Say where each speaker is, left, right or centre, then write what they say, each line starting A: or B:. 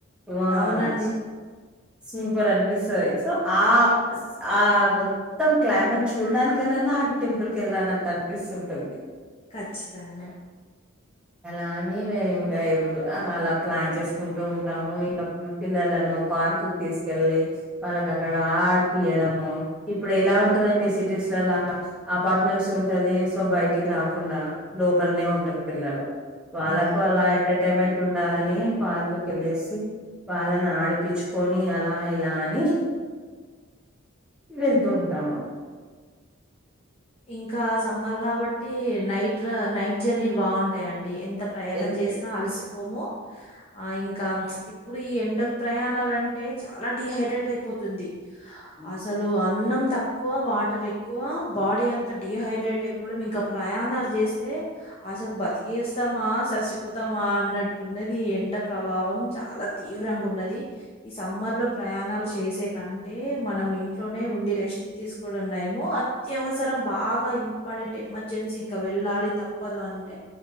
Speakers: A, in the centre; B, on the left.
A: వాస్
B: అవునండి
A: స్వీపర్ అనిపిస్తది సో ఆ స్ ఆ మొత్తం క్లైమేట్ చూడడానికన్నా ఆ టెంపుల్ క వెళ్ళనట్టు అనిపిస్తుంటది
B: కచ్చితంగా
A: అలా అని మేము ఇంకా ఏవ్ అలా ప్లాన్ చేసుకుంటూ ఉంటాము ఇంక చిన్న పిల్లల ను పార్క్ తీసుకెళ్ళి వాళ్ళకి అక్కడ ఆడిపియ్యడం ఇప్పుడు ఎలా ఉంటదండి సిటీస్ లల్లా ఆ అపార్ట్మెంట్స్ ఉంటది సో బయటికి రాకుండా లోపలనే ఉంటారు పిల్లలు వాళ్ళకు
B: అవునండి
A: అలా ఎంటర్టైన్మెంట్ ఉండాలని పార్కుకి వెళ్ళేసి వాళ్లని ఆడిపచ్చుకొని అలా ఇలా అని వెళ్తుంటాము
B: ఇంకా సమ్మర్ కాబట్టి నైట్ నైట్ జర్నీలు బావుంటాయండి ఎంత ప్రయాణం
A: ఎగ్జాక్ట్.
B: చేసినా అలసి పోము ఆ ఇంకా ఇప్పుడు ఈ ఎండకు ప్రయాణాలు అంటే చాలా డిహైడ్రేట్ అయిపోతుంది
A: హ్మ్.
B: అసలు అన్నం తక్కువ వాటర్ ఎక్కువ బాడీ అంత డిహైడ్రేట్ అయిపోవడం ఇంకా ప్రయాణాలు చేస్తే అసలు బతికిస్తామా చచ్చిపోతామా అన్నట్టున్నది ఎండ ప్రభావం చాలా తీవ్రంగా ఉన్నది ఈ సమ్మర్ లో ప్రయాణాలు చేసే కంటే మనం ఇంట్లోనే ఉండి రెస్ట్ తీసుకోవడం నయం ఆ త్యవసరం బాగా ఇంపార్టెంట్ ఎమర్జెన్సీ ఇంకా వెళ్ళాలి తప్పదు అంటే